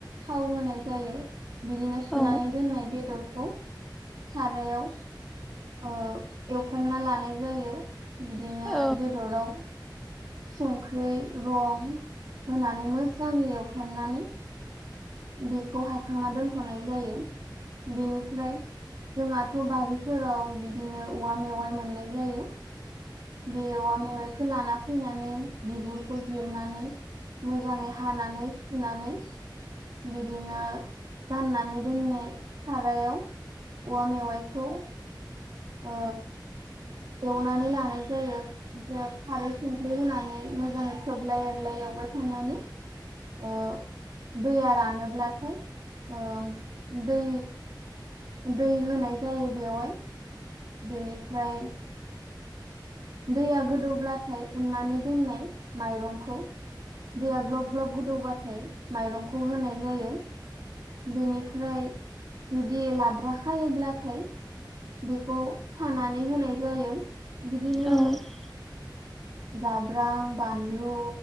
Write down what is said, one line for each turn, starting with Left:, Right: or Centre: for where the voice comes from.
Right: थाव होनाय जायो बिदिनो सुनानै
Centre: औ
Right: दोननाय बेदरखौ सारायाव एवफ्राना लाना सुनाय जायो बिदिनो
Centre: औ
Right: बेदराव संख्रै रं होनानै मोजाङै एवफ्राननानै बेखौ हायखांना दोन्थ'नाय जायो बेनिफ्राय जोंहाथ' बारिफोराव बिदिनो औवा मेवाइ मोननाय जायो। बे औवा मेवाइखौ लाना फैनानै बिगुरखौ जिरनानै मोजाङै हानानै सुनानै बिदिनो जाननानै दोननाय सारायाव औवा मेवायखौ ओ एवनानै लानाय जायो। खारै संख्रै होनानै मोजाङै खोबलाय एरलाय एवबाय थानानै ओ दैया रानोब्लाथाय ओ दै दै होनाय जायो बेवहाय बेनिफ्राय दैया गोदौब्लाथाय उननानै दोननाय माइरंखौ दैया ग्लब ग्लब गोदौबाथाय माइरंखौ होनाय जायो। बेनिफ्राय जुदि लाद्राखायोब्लाथाय बेखौ साना होनाय जायो बिदिनो
Centre: औ
Right: जाब्रां, बानलु